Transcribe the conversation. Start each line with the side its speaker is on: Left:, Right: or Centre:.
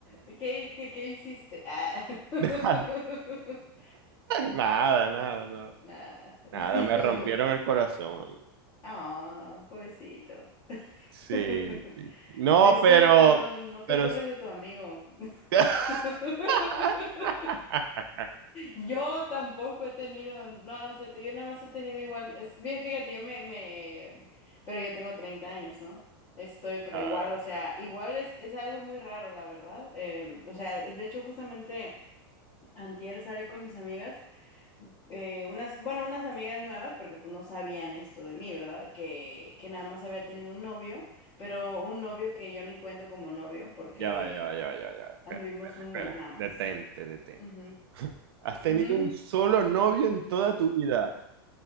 Left: ¿Qué, qué, qué hiciste? Ah. <laughs>
Right: Nada, nada, nada.
Left: Nada. <laughs>
Right: Nada, me rompieron el corazón a mí.
Left: Ah, pobrecito.
Right: Sí,
Left: <laughs>
Right: sí. No,
Left: Pues
Right: pero,
Left: fíjate, no, no te
Right: pero
Left: burles de tu amigo.
Right: <laughs>
Left: <laughs> Yo tampoco he tenido, no, no es cierto, yo nada más he tenido igual, es, bien, fíjate, yo me, me, pero yo tengo 30 años, ¿no? Estoy, pero
Right: Claro.
Left: igual, o sea, igual es, es algo muy raro, la verdad. em, o sea, de hecho, justamente antier salí con mis amigas, eh, unas, bueno, unas amigas nuevas, porque pues no sabían esto de mí, ¿verdad? Que, que nada más había tenido un novio, pero un novio que yo ni cuento como novio, porque
Right: Ya va, ya va, ya va, ya va, ya va. Espera,
Left: anduvimos
Right: espera,
Left: un
Right: espera.
Left: mes nada más.
Right: Detente, detente.
Left: Ujú,
Right: <laughs> Has tenido
Left: ujú.
Right: un solo novio en toda tu vida.